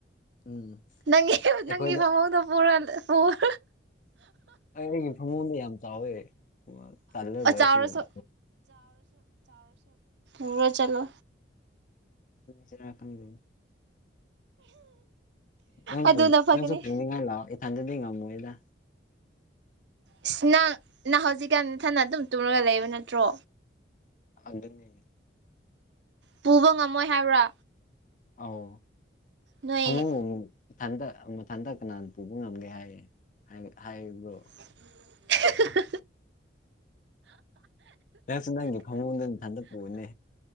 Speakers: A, on the left; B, on the right.
A: ꯎꯝ
B: ꯅꯪ
A: ꯑꯩꯈꯣꯏꯗ
B: ꯅꯪꯒꯤꯤ ꯐꯃꯗ ꯄꯨꯔ ꯄꯔ
A: ꯑꯩ ꯑꯩꯒꯤ ꯐꯃꯣꯟꯗ ꯌꯥꯝ ꯆꯥꯎꯋꯦ ꯑꯣ ꯇꯜꯂ ꯔꯣꯏꯁꯤ
B: ꯆꯥꯎꯔꯁꯨ
A: ꯎꯝ
B: ꯎꯔꯣ ꯆꯂꯣ
A: ꯁꯤꯅ ꯈꯒꯅꯤ ꯅꯪ
B: ꯑꯗꯨꯅ ꯐꯒꯅꯤ
A: ꯅꯪꯁꯨ ꯄꯨꯅꯤꯡꯉꯥꯏ ꯂꯥꯛꯑꯣ ꯏꯊꯟꯗꯗꯤ ꯉꯝꯃꯣꯏꯗ
B: ꯏꯁ ꯅꯪ ꯅꯍ ꯍꯧꯖꯤꯛꯀꯥꯟꯊꯅ ꯑꯗꯨꯝ ꯇꯨꯝꯨꯔꯒ ꯂꯩꯕ ꯅꯠꯇ꯭ꯔꯣ
A: ꯑꯗꯨ ꯑꯗꯨꯅꯤ
B: ꯄꯨꯕ ꯉꯝꯃꯣꯏ ꯍꯥꯏꯕ꯭ꯔꯥ
A: ꯑꯥꯎ
B: ꯅꯣꯏ
A: ꯐꯪꯉ ꯎ ꯊꯟꯗꯛ ꯑꯃꯊꯟꯗꯛ ꯀꯅꯥꯅ ꯄꯨꯕ ꯉꯝꯒꯦ ꯍꯥꯏꯌꯦ ꯍꯥꯏꯔꯤꯕ꯭ꯔꯣ
B: <unintelligible>
A: ꯅꯪꯁꯨ ꯅꯪꯒꯤ ꯐꯉꯣꯟꯗ ꯑꯗꯨꯝ ꯍꯟꯗꯄꯅꯦ